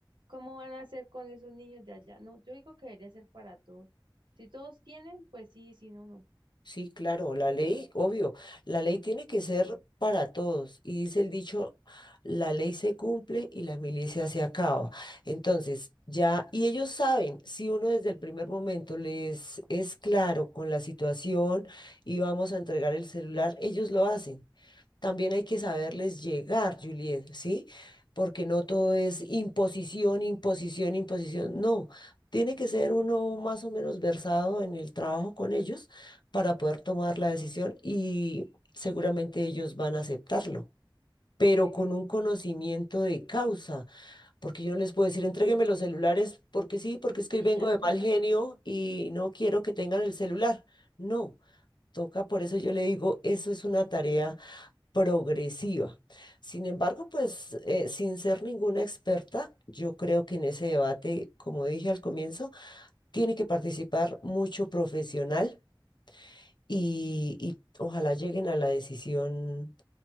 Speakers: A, on the right; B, on the left.
A: ¿cómo van a hacer con esos niños de allá? No, yo digo que debería ser para todos. Si todos tienen, pues sí, si no, no.
B: Sí, claro, la ley, obvio, la ley tiene que ser para todos. Y dice el dicho, la ley se cumple y la milicia se acaba. Entonces, ya, y ellos saben, si uno desde el primer momento les es claro con la situación y vamos a entregar el celular, ellos lo hacen. También hay que saberles llegar, Juliet, ¿sí? Porque no todo es imposición, imposición, imposición. No, tiene que ser uno más o menos versado en el trabajo con ellos para poder tomar la decisión y seguramente ellos van a aceptarlo, pero con un conocimiento de causa, porque yo no les puedo decir, entrégueme los celulares porque sí, porque es que hoy
A: Y
B: vengo
A: ya,
B: de
A: <laughs>
B: mal genio y no quiero que tengan el celular. No, toca, por eso yo le digo, eso es una tarea progresiva. Sin embargo, pues eh, sin ser ninguna experta, yo creo que en ese debate, como dije al comienzo, tiene que participar mucho profesional y, y ojalá lleguen a la decisión,